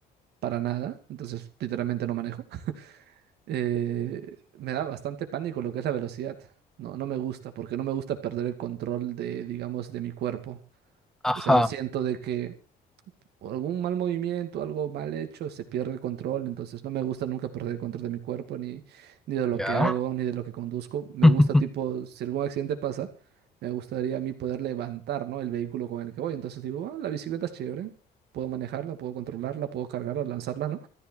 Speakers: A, on the right; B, in the centre.
A: para nada, entonces literalmente no manejo. <laughs> Eh, me da bastante pánico lo que es la velocidad, no, no me gusta, porque no me gusta perder el control de, digamos, de mi cuerpo.
B: Ajá,
A: O sea, siento de que o algún mal movimiento, algo mal hecho, se pierde el control. Entonces no me gusta nunca perder el control de mi cuerpo, ni, ni de lo
B: ya.
A: que hago, ni de lo que conduzco. Me
B: <laughs>
A: gusta tipo, si algún accidente pasa, me gustaría a mí poder levantar, ¿no? El vehículo con el que voy. Entonces digo, ah, la bicicleta es chévere, puedo manejarla, puedo controlarla, puedo cargarla, lanzarla, ¿no?